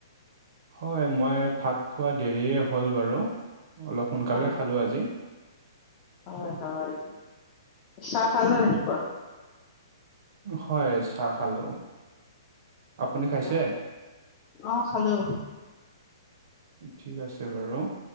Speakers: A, on the right; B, on the left.
A: হয় মই ভাত খোৱা দেৰিয়ে হ'ল বাৰু অলপ সোনকালে
B: অ
A: খালোঁ আজি।
B: হয় হয় চাহ খালে ৰাতিপুৱা?
A: হয় চাহ খালো আপুনি খাইছে?
B: অ অ' খালোঁ।
A: ঠিক আছে বাৰু।